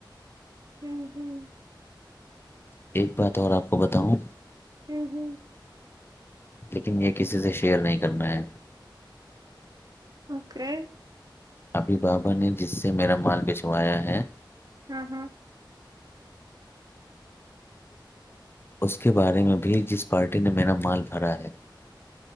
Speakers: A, on the right; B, on the left.
A: ہوں
B: ایک بات اور آپ کو بتاؤں
A: ہوں ہوں
B: لیکن یہ کسی سے شیئر نہیں کرنا ہے
A: اوکے
B: ابھی بابا نے جس سے میرا مال بچھوایا ہے
A: ہاں ہاں
B: اس کے بارے میں بھی جس پارٹی نے میرا مال بھرا ہے